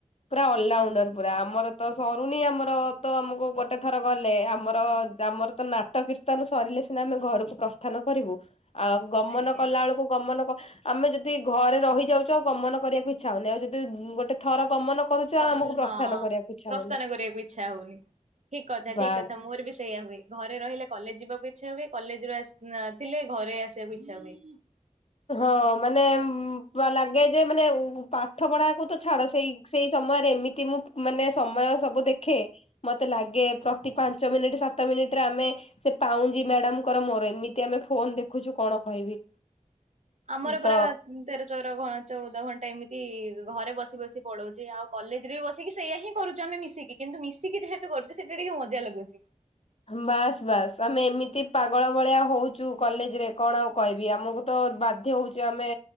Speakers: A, on the left (about 55°); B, on the right (about 65°).
A: ପୁରା ଅଲଆଉଣ୍ଡର ପୁରା ଆମର ତ ସରୁନି ଆମର ତ ଆମକୁ ଗୋଟେ ଥର ଗଲେ ଆମର ଆମର ତ ନାଟକୀର୍ତ୍ତନ ସରିଲେ ସିନା ଆମେ ଘରକୁ ପ୍ରସ୍ଥାନ କରିବୁ। ଆଉ ଗମନ
B: ଆଜ୍ଞା
A: କଲା ଳକୁ ଗମନ ଆମେ ଯଦି ଘରେ ରହି ଯାଉଛୁ ଆଉ ଗମନ କରିବାକୁ ଇଛା ହନି ଆଉ ଯଦି ଗୋଟେ ଥର ଗମନ କରୁଛୁ
B: କଲ
A: ଆଉ ଆମକୁ
B: ହଁ
A: ପ୍ରସ୍ଥାନ କରିବାକୁ ଇଚ୍ଛା
B: ପ୍ରସ୍ଥାନ
A: ହଉନି
B: କରିବାକୁ ଇଚ୍ଛା ହଉନି ଠିକ କଥା
A: ବାସ୍
B: ଠିକ କଥା ମୋର ବି ସେଇଆ ହୁଏ। ଘରେ ରହିଲେ କଲେଜ ଯିବାକୁ ଇଚ୍ଛା ହୁଏ କଲେଜରୁ ଥିଲେ ଘରେ ଆସିବାକୁ ଇଚ୍ଛା ହୁଏ।
A: ହଁ ମାନେ ଲାଗେ ଯେ ମାନେ ପାଠ ପଢାକୁ ତ ଛାଡ ସେଇ ସେଇ ସମୟରେ ଏମିତି ମୁଁ ମାନେ ସମୟ ସବୁ ଦେଖେ। ମତେ ଲାଗେ ପ୍ରତି ପାଞ୍ଚ ମିନିଟ୍ ସାତ ମିନିଟରେ ଆମେ ସେ ପାଉଁଜି ମ୍ୟାଡାମଙ୍କର ମୋର ଏମିତି ଆମେ ଫୋନ ଦେଖୁଛୁ କଣ କହିବି।
B: ଆମର
A: ତ
B: ପରା ତେର ଚଉର ଚଉଦ ଘଣ୍ଟା ଏମିତି ଘରେ ବସି ବସି ପଳଉଛି ଆଉ କଲେଜରେ ବସିକି ସେଇଆ ହିଁ କରୁଛୁ ଆମେ ମୀ କିନ୍ତୁ ମିଶିକି ଯେହେତୁ କରଚୁ ସେଟା ଟିକେ ମଜା ଲାଗୁଛି।
A: ବାସ୍ ବାସ୍ ଆମେ ଏମିତି ପାଗଳ ଭଳିଆ ହଉଛୁ କଲେଜ ରେ କଣ ଆଉ କହିବି ଆମକୁ ତ ବା ଧ୍ୟ ହଉଚି ଆମେ